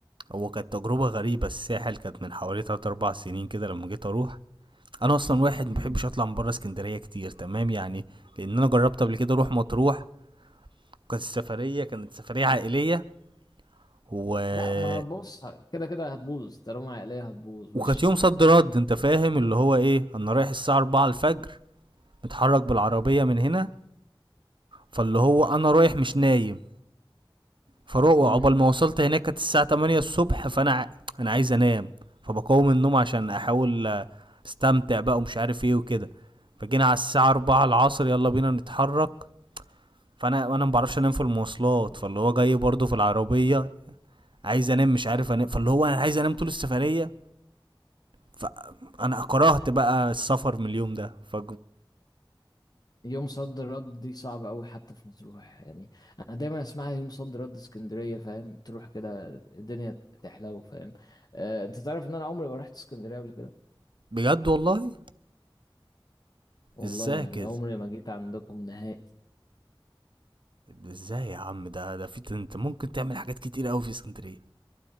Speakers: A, on the right; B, on the left.
A: هو كانت تجربه غريبه الساحل كانت من حوالي 3 4 سنين كده لما جيت اروح انا اصلا واحد ما
B: امم
A: بحبش اطلع من بره اسكندريه كتير تمام يعني لان انا جربت قبل كده اروح مطروح كانت السفريه كانت سفريه عائليه و
B: لا ما بص كده كده هتبوظ طالما عقلية هتبوظ
A: وكانت
B: وش
A: يوم صد رد انت فاهم اللي هو ايه انا رايح الساعه 4 الفجر متحرك بالعربيه من هنا فاللي هو انا رايح مش نايم فروق
B: امم
A: عقبال ما وصلت هناك كانت الساعه 8 الصبح فانا ع- انا عايز انام فبقاوم النوم عشان احاول آه، استمتع بقى ومش عارف ايه وكده فجينا على الساعه 4 العصر يلا بينا نتحرك فانا انا ما بعرفش انام في المواصلات فاللي هو جاي برضه في العربيه عايز انام مش عارف انام فاللي هو انا عايز انام طول السفريه فانا كرهت بقى السفر من اليوم ده ف
B: يوم صد رد دي صعبة أوي حتى في مطروح يعني أنا دايما أسمعها يوم صد رد اسكندرية فاهم تروح كده الدنيا تحلو فاهم آه أنت تعرف إن أنا عمري ما رحت اسكندرية قبل كده
A: بجد والله
B: والله
A: ازاي
B: يعني
A: كده
B: عمري ما جيت عندكم نهائي
A: ازاي يا عم ده ده في انت ممكن تعمل حاجات كتير قوي في اسكندريه